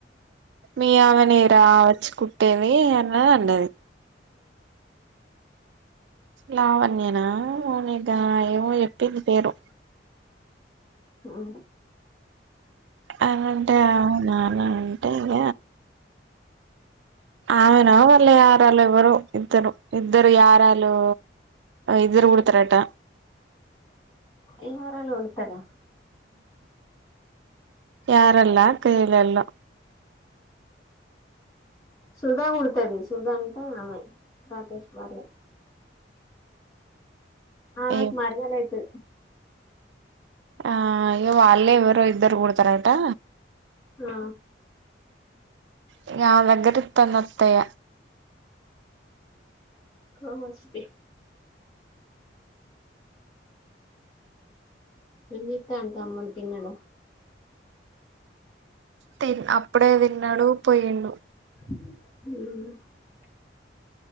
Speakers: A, on the right (about 70°); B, on the left (about 20°).
A: మీ ఆమెనేరా వచ్చి కుట్టేది అని అన్నది. లావణ్యనా మౌనికనా ఎమో చెప్పింది పేరు.
B: ఉ
A: అనంటే అవునా అని అంటే ఇగ అవునా వాళ్ళు యారలో ఎవరు ఇద్దరు ఇద్దరు యారాలో ఇద్దరు కుడుతరట
B: ఏమరాలో ఒండుతర
A: యారల్లా కైలెల్లా
B: సుధా గుడతది సుధంటే ఆమె రాకష్ భార్య ఆమెక్
A: ఏమో
B: మరదలైతు
A: ఆ ఇగ వాళ్లే ఎవరో ఇద్దరు గుడతరటా
B: ఆ
A: ఇంగామ దగ్గరిత్తాందత్తయ
B: కా వస్తే ఏంజేత్తాంటమన్ తిన్నడ్
A: తిన్ అప్పుడే దిన్నాడు పొయిండు
B: అ